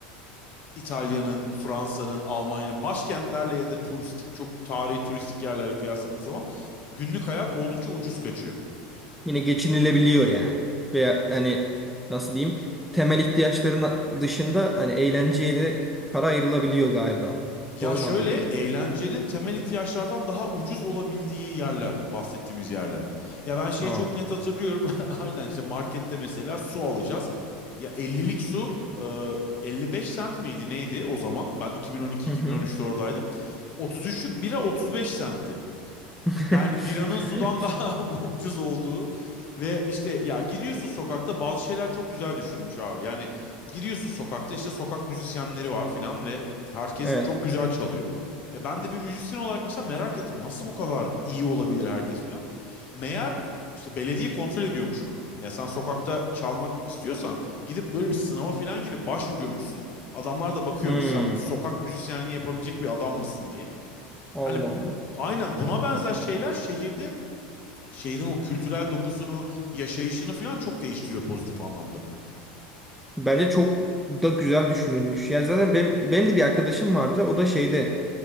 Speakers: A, on the left; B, in the centre.
A: İtalya'nın, Fransa'nın, Almanya'nın başkentlerle ya da turistik çok tarihi turistik yerlere kıyasladığın zaman günlük hayat oldukça ucuz kaçıyor.
B: Yine geçinilebiliyor yani. Veya hani nasıl diyeyim temel ihtiyaçların dışında hani eğlenceye de para ayrılabiliyor galiba.
A: Ya
B: Doğru
A: şöyle
B: mu anladım?
A: eğlencenin temel ihtiyaçlardan daha ucuz olabildiği yerler bahsettiğimiz yerler. Ya ben şeyi
B: Aa.
A: çok net hatırlıyorum. <laughs> Aynen işte markette mesela su alacağız. Ya 50'lik su e, 55 sent miydi neydi o zaman? Ben 2012-2013'te
B: Hı hı.
A: oradaydım. Otuz üçlük bira 35 sentti.
B: <laughs>
A: Yani biranın sudan daha <laughs> ucuz olduğu ve işte ya gidiyorsun sokakta bazı şeyler çok güzel düşünülmüş abi. Yani gidiyorsun sokakta işte sokak müzisyenleri var filan ve herkes
B: Evet.
A: çok güzel çalıyor. E ben de bir müzisyen olarak mesela merak ettim nasıl bu kadar iyi olabilir herkes filan. Meğer e, işte belediye kontrol ediyormuş bunu. Ya sen sokakta çalmak istiyorsan gidip böyle bir sınava filan girip başvuruyormuşsun. Adamlar da bakıyormuş
B: Hmm.
A: sen sokak müzisyenliği yapabilecek bir adam mısın diye.
B: Allah
A: Hani
B: Allah.
A: Aynen buna benzer şeyler şehirde şehrin o kültürel dokusunu, yaşayışını falan çok değiştiriyor pozitif anlamda.
B: Bence çok da güzel düşünülmüş. Ya zaten benim, benim de bir arkadaşım vardı. O da şeyde